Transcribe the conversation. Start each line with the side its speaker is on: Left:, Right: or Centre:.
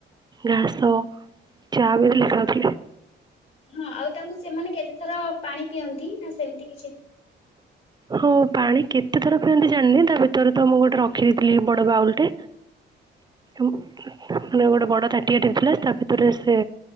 Right: ଘାସ ଚା ବିି ଖାଉଥିଲେ।
Left: ହଁ ଆଉ ତାଙ୍କୁ ସେମାନେ କେତେ ଥର ପାଣି ପିଅନ୍ତି ନା ସେମତି
Right: ହଁ ପାଣି କେତେଥର ପିଅନ୍ତି ଜାଣିନି ତା ଭିତରେ ତ ମୁଁ ଗୋଟେ ରଖିଦେଇଥିଲି ବଡ ବାଉଲ ଟେ ମାନେ ଗୋଟେ ବଡ ତାଟିଆଟେ ଥିଲା ତା ଭିତରେ ସେ